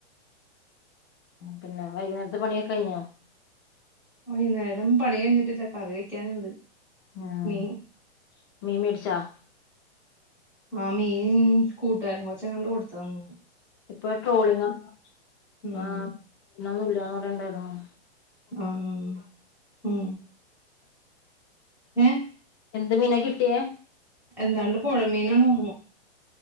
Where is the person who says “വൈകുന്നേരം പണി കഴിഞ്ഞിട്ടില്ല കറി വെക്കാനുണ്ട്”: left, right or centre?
Centre